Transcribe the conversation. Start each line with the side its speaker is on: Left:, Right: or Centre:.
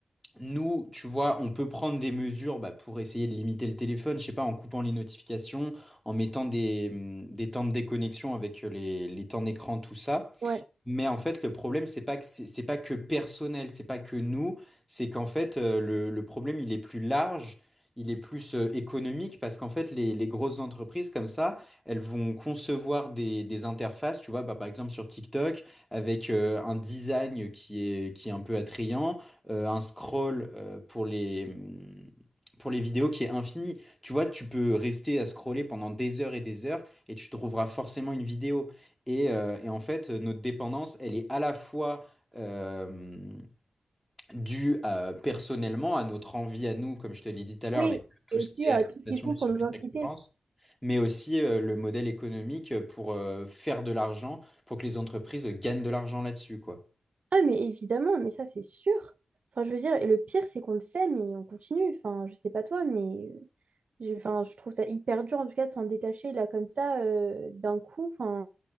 Centre: nous, tu vois, on peut prendre des mesures bah, pour essayer de limiter le téléphone, je sais pas, en coupant les notifications, en mettant des, hum, des temps de déconnexion avec euh, les, les temps d'écran, tout ça.
Right: ouais.
Centre: Mais en fait, le problème, c'est pas que c'est c'est pas que personnel, c'est pas que nous, c'est qu'en fait, euh, le, le problème, il est plus large, il est plus euh, économique, parce qu'en fait, les, les grosses entreprises comme ça, elles vont concevoir des, des interfaces, tu vois, bah, par exemple sur TikTok, avec euh, un design qui est, qui est un peu attrayant, euh, un scroll euh, pour les, mm, pour les vidéos qui est infini. Tu vois, tu peux rester à scroller pendant des heures et des heures, et tu trouveras forcément une vidéo. Et, euh, et en fait, euh, notre dépendance, elle est à la fois euh, due à- personnellement à notre envie à nous, comme je te l'ai dit tout à l'heure,
Right: Oui,
Centre: avec tout
Right: et
Centre: ce
Right: aussi
Centre: qui est
Right: euh,
Centre: activation
Right: tout ce qu'ils font
Centre: du circuit
Right: pour nous inciter.
Centre: de récompense, mais aussi euh, le modèle économique pour euh, faire de l'argent, pour que les entreprises gagnent de l'argent là-dessus, quoi.
Right: Ah, mais évidemment, mais ça, c'est sûr. Enfin, je veux dire, et le pire, c'est qu'on le sait, mais on continue. Enfin, je sais pas toi, mais J'ai- Enfin, je trouve ça hyper dur en tout cas de s'en détacher là comme ça euh, d'un coup. Enfin,